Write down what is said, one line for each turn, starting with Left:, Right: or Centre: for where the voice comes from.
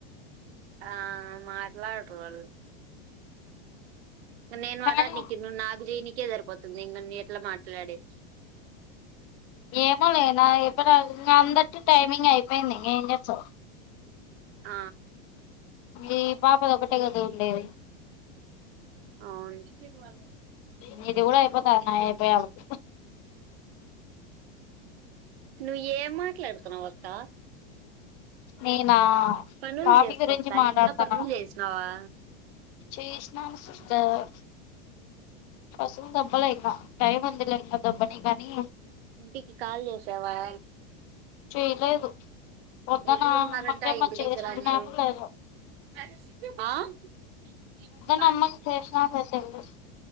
Right: ఆ మాట్లాడరు వాళ్ళు. నేను
Left: కానీ
Right: మాట్లాడినికీ నువ్వు నాకు జేయనికే సరిపోతుంది, ఇంగ నేను ఎట్లా మాట్లాడేది?
Left: ఏమో లే నా అయిపోయి ఇంగ అందరికీ టైమింగ్ అయిపోయింది ఇంగ ఏం చేస్తవు?
Right: ఆ
Left: ఈ పాపది ఒకటే కద ఉండేది.
Right: ఆ
Left: మీది గుడ అయిపోతాది నాది అయిపోయళ్లకు
Right: నువ్ ఏం మాట్లాడుతున్నావు అక్క?
Left: నేనా
Right: పనిలు
Left: కాఫీ
Right: చేసుకో
Left: గురించి
Right: అక్క,
Left: మాట్లాడుతాన్నా
Right: ఇంట్లో పనులు చేసినవా?
Left: చేసినాను సిస్టర్, కసువు దోబ్బలేఇంగ టైం ఉందిలే ఇంగా దొబ్బనికి అని.
Right: ఇంటికి కాల్ చేసావా?
Left: చేయలేదు పోదున్న
Right: ఎట్లున్నారంట
Left: అమ్మకేమో
Right: ఇంటి
Left: చేసిపోయానానో
Right: దగ్గర అందరూ
Left: లేదో.
Right: ఆ
Left: నమ్మకు చేసినానో లేదో తెల్వది.